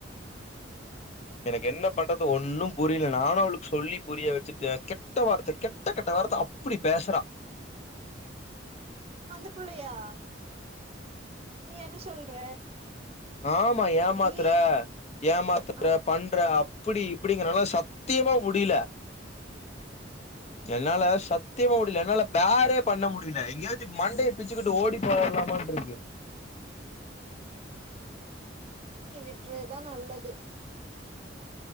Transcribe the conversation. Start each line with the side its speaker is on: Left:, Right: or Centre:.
Left: எனக்கு என்ன பண்றது ஒன்னும் புரியல நானு அவளுக்கு சொல்லி புரிய வெச்சுட்ட கெட்ட வார்த்தை கெட்ட கெட்ட வார்த்தை அப்படி பேசறா
Right: அந்த புள்ளயா என்ன சொல்ற
Left: ஆமா ஏமாத்தற
Right: அப்படி
Left: ஏமாத்தற
Right: அப்படி
Left: பண்ற இப்படி இப்படிங்கறனால சத்தியமா முடியல என்னால சத்தியமா முடியல என்னால பேறே பண்ண முடியல எங்கேயாச்சு மண்டய பிச்சுக்கிட்டு ஓடி போய்ரலாமான்ட்டு இருக்கு
Right: விடுறதுதா நல்லது